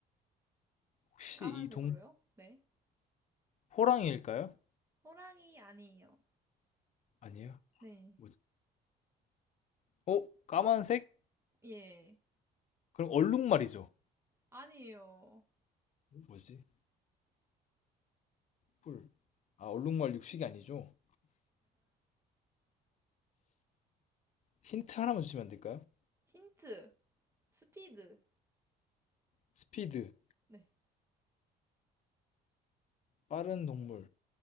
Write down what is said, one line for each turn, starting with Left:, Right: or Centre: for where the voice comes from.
Left: 혹시
Right: 까만색으로요?
Left: 이 동,
Right: 네.
Left: 호랑이일까요?
Right: 호랑이 아니에요.
Left: 아니에요.
Right: 네.
Left: 뭐지? 어, 까만색?
Right: 예.
Left: 그럼 얼룩말이죠.
Right: 아니에요.
Left: 뭐지? 뿔. 아, 얼룩말 육식이 아니죠. 힌트 하나만 주시면 안 될까요?
Right: 힌트. 스피드.
Left: 스피드.
Right: 네.
Left: 빠른 동물.